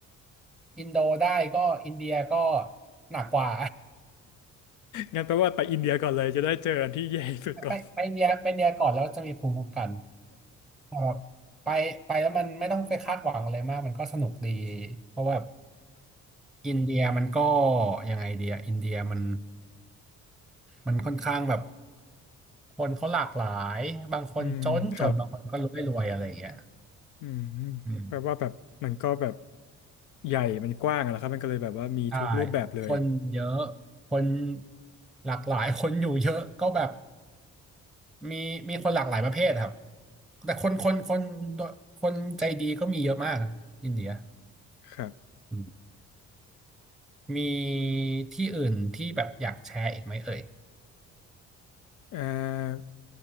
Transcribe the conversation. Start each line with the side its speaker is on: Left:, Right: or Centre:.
Centre: อินโดได้ก็อินเดียก็หนักกว่า
Left: งั้นแปลว่าไปอินเดียก่อนเลยจะได้เจออันที่แย่ที่สุดก่อน
Centre: <laughs> ไปไปอินเดียไปอินเดียก่อนแล้วจะมีภูมิคุ้มกันครับไปไปแล้วมันไม่ต้องไปคาดหวังอะไรมากมันก็สนุกดีเพราะว่าอินเดียมันก็ยังไงเดียอินเดียมันมันค่อนข้างแบบคนเขาหลากหลายบางคนจนจนบางคนก็รวยรวยอะไรอย่างเงี้ย
Left: <laughs> อืมครับอืม
Centre: อืม
Left: แปลว่าแบบมันก็แบบใหญ่มันกว้างอะนะครับมันก็เลยแบบว่ามีทุกรูปแบบเลย
Centre: ใช่คนเยอะ คนหลากหลาย คนอยู่เยอะก็แบบมีมีคนหลากหลายประเภทครับแต่คนคนคนคนใจดีก็มีเยอะมากอินเดีย
Left: ครับ
Centre: อืมมีที่อื่นที่แบบอยากแชร์อีกไหมเอ่ย
Left: เอ่อ